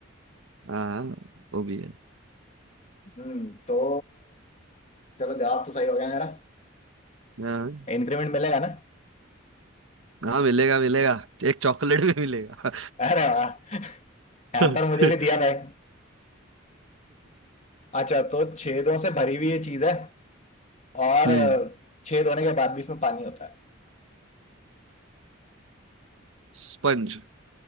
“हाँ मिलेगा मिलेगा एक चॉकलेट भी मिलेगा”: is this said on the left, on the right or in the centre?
Right